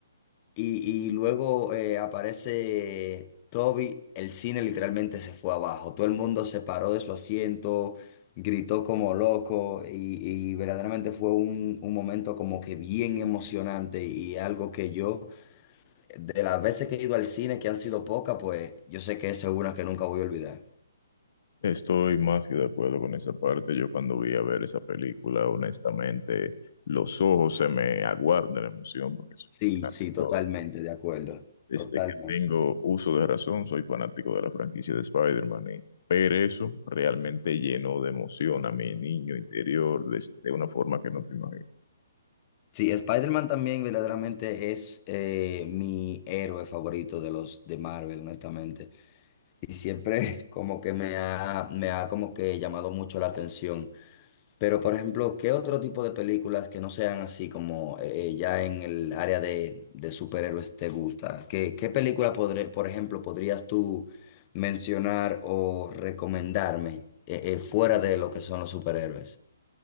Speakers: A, on the left; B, on the left.
A: y, y luego eh, aparece Toby, el cine literalmente se fue abajo, todo el mundo se paró de su asiento, gritó como loco y, y verdaderamente fue un, un momento como que bien emocionante y algo que yo, de las veces que he ido al cine, que han sido pocas, pues yo sé que esa es una que nunca voy a olvidar.
B: Estoy más que de acuerdo con esa parte. Yo cuando vi a ver esa película, honestamente, los ojos se me aguardan la emoción porque soy
A: Sí,
B: fanático
A: sí, totalmente, de acuerdo,
B: Desde
A: totalmente.
B: que tengo uso de razón, soy fanático de la franquicia de Spider-Man y ver eso realmente llenó de emoción a mi niño interior de, de una forma que no te imaginas.
A: Sí, Spider-Man también verdaderamente es eh, mi héroe favorito de los de Marvel, honestamente. y siempre <laughs> como que me ha, me ha como que llamado mucho la atención. Pero, por ejemplo, ¿qué otro tipo de películas que no sean así como eh, eh, ya en el área de, de superhéroes te gusta? ¿Qué, qué película, podré- por ejemplo, podrías tú mencionar o recomendarme eh, eh, fuera de lo que son los superhéroes?